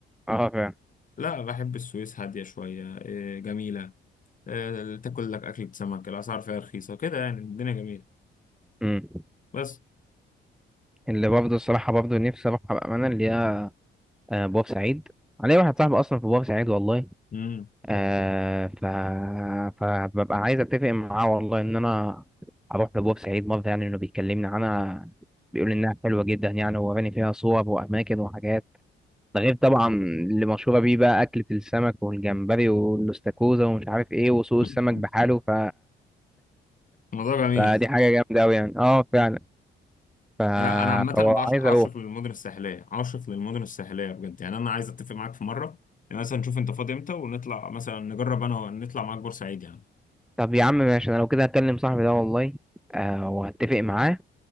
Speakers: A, in the centre; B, on the left.
A: اه فعلا
B: لا بحب السويس هادية شوية إيه، جميلة آه، تاكل لك أكلة سمك الأسعار فيها رخيصة كده يعني الدنيا جميلة
A: امم
B: بس
A: اللي برضه الصراحة برضه نفسي اروحها بأمانة اللي هي آه، بورسعيد علي واحد صاحبي أصلا في بورسعيد والله
B: مم.
A: آه ف فببقى عايز أتفق معاه والله إن أنا أروح لبورسعيد مرة يعني إنه بيكلمني عنها بيقول إنها حلوة جدا يعني ووراني فيها صور وأماكن وحاجات ده غير طبعا اللي مشهورة بيه بقى أكلة السمك والجمبري والاستاكوزا ومش عارف إيه وسوق السمك
B: <laughs>
A: بحاله ف...
B: الموضوع جميل
A: فدي حاجة جامدة أوي يعني أه فعلا ف...
B: لا أنا عامة
A: فهو
B: بعش-
A: عايز
B: عاشق
A: أروح
B: للمدن الساحلية عاشق للمدن الساحلية بجد يعني أنا عايز أتفق معاك في مرة يعني مثلا نشوف أنت فاضي إمتى ونطلع مثلا نجرب أنا و- نطلع معاك بورسعيد يعني
A: طب يا عم ماشي أنا لو كده هكلم صاحبي ده والله آه وهتفق معاه